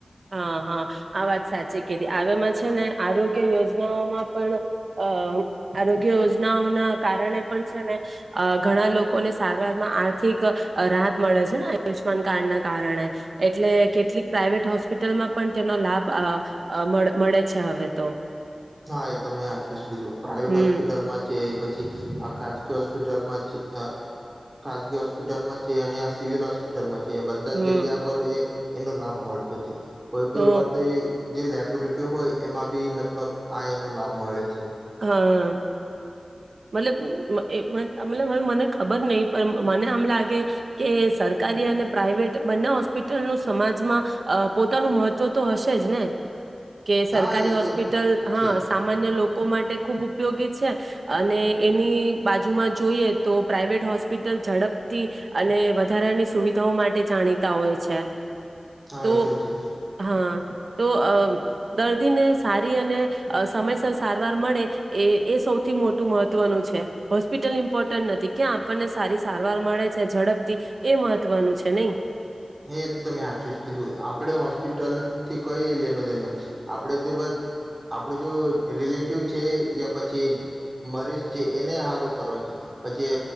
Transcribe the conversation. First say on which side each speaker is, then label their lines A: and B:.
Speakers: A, on the right; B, on the right.
A: હા હા આ વાત સાચી કીધી આમાં છે ને આરોગ્ય યોજનાઓમાં પણ અ આરોગ્ય યોજનાઓ ના કારણે પણ છે ને અ ઘણા લોકોને સારવારમાં આર્થિક રાહત મળે છે ને આયુષ્યમાન કાર્ડના કારણે એટલે કેટલીક પ્રાઇવેટ હોસ્પિ પીટલ માં પણ તેનો લાભ મળે છે હવે તો.
B: હા એ તમે હાચુ જ કીધું. પ્રાાઈવેટ
A: હમ
B: હોસ્પિટલમાં છે પા છીઆ ખગી હોસ્પિટલમાં છે ખાસગી હોસ્પિટલમાં છે અને આ સિવિલ હોસ્પિટલમાં છે. તે બધા
A: હમ
B: જ જગ્યા પર એ એનો લાભ મળતો છે. કોઈ કોઈ
A: તો
B: વરતે જે લેપ ઋત્યુ હોય એમાં બી લગભગ આ એનો લાભ મળે છે.
A: હા. મતલબ એ મતલબ હ મને ખબર નહી પણ મને આમ લાગે કે સરકારી અને પ્રાઈવેટ બંને હોસ્પિટલનું સમાજમાં અ પોતાનું મહત્વ તો હશે જ ને. કે સરકારી
B: હા એ તો
A: હોસ્પિટલ હા
B: છે જ
A: સામાન્ય લોક લોકો માટે ખૂબ ઉપયોગી છે. અને એની બાજુમાં જોઈએ તો પ્રાઇવેટ હોસ્પિટલ ઝડપથી અને વધારાની સુવિધાઓ માટે જાણીતા હોય છે.
B: હા
A: તો
B: એ છે
A: હા. તો દર્દીને સારી અને સમયસર સારવાર મળે એ એ સૌથી થી મોટું મહત્વનું છે હોસ્પિટલ ઇમ્પોર્ટન્ટ નથી ક્યાં આપણને સારી સારવાર મળે છે ઝડપથી એ મહત્વનું છે નહી.
B: હ, એ તો તમે સાચું જ કીધું આપણે હોસ્પિટલ થી કઈ લેનો જે આપણે તો બસ આપડ જો રિલેટિવ છે. યા પછી મરીજ છે એને સારું કરવાનું છે. પછી